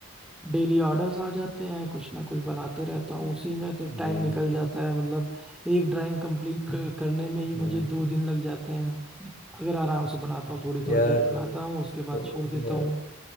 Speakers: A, in the centre; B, on the left.
A: डेली ऑर्डर्स आ जाते हैं कुछ ना कुछ बनाते रहता हूँ उसी में तो
B: हम्म
A: टाइम निकल जाता है मतलब एक ड्राइंग कंप्लीट कर, करने में ही मुझे
B: हम्म
A: दो दिन लग जाते हैं अगर आराम से बनाता हूँ थोड़ी
B: यार
A: थोड़ी देर बनाता
B: मैं
A: हूँ उसके बाद
B: ओ,
A: छोड़ देता
B: यार
A: हूँ